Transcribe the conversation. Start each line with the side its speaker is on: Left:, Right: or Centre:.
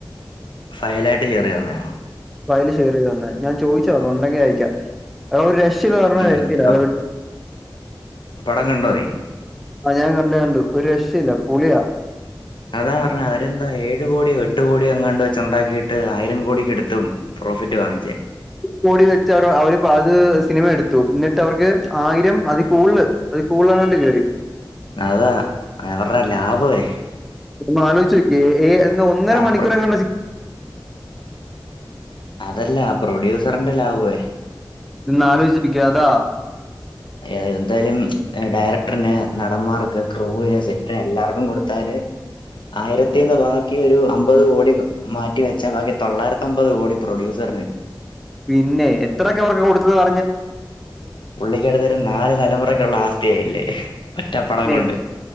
Left: ഫയലായിട്ട് കേറിവന്നെയാണോ?
Centre: ഫയല് ഷെയർ ചെയ്ത് തന്നയാ ഞാൻ ചോദിച്ചു നോക്കാം ഉണ്ടെങ്കി അയക്കാം അതൊരു രക്ഷയില്ലെന്ന് പറഞ്ഞാ
Left: ഉം
Centre: രക്ഷയില്ല
Left: ഇപ്പൊ
Centre: അത്‌
Left: പടം കണ്ടോ നീ?
Centre: ആഹ് ഞാൻ കണ്ട് കണ്ട് ഒരു രക്ഷയില്ല പൊളിയാ
Left: അതാ പറഞ്ഞെ അവരെന്താ ഏഴു കോടിയോ എട്ട് കോടിയോ അങ്ങാണ്ട് വെച്ച് ഉണ്ടാക്കിയിട്ട് ആയിരം കോടിക്കെടുത്തും പ്രോഫിറ്റ് വാങ്ങിച്ചേ
Centre: കോടി വെച്ച് അവർ അവര് അത് സിനിമ എടുത്തു എന്നിട്ട് അവർക്ക് ആയിരം അതി കൂടുതല് അതി കൂടുതലെങ്ങാണ്ട് കേറി
Left: അതാ അവർടെ ലാഭവേ
Centre: ഒന്ന് ആലോചിച്ചു നോക്കിയേ എഹ് എന്ന ഒന്നര
Left: ആ
Centre: മണിക്കൂറങ്ങാണ്ടാ
Left: പ്ര
Centre: സി
Left: അതല്ല ആ പ്രൊഡ്യൂസറിന്റെ ലാഭവേ
Centre: ഇരുന്ന് ആലോചിച്ചിരിക്കും അതാ
Left: അയെ എന്തായാലും ഡയറക്ടറിന് നടന്മാർക്ക് ക്രൂവിന് സെറ്റിന് എല്ലാർക്കും കൊടുത്താല് ആയിരത്തീന്ന് ബാക്കി ഒരു അമ്പത് കോടി മാറ്റിവെച്ചാ ബാക്കി തൊള്ളായിരത്തമ്പത് കോടി പ്രൊഡ്യൂസറിന്
Centre: പിന്നെ എത്രയൊക്കെ അവർക്ക് കൊടുത്തന്ന് പറഞ്ഞാ
Left: പുള്ളിക്കടുത്ത് ഒരു നാല് തലമുറക്കുള്ള ആസ്തിയായില്ലേ ഒറ്റപ്പടം
Centre: പിന്നെ
Left: കൊണ്ട്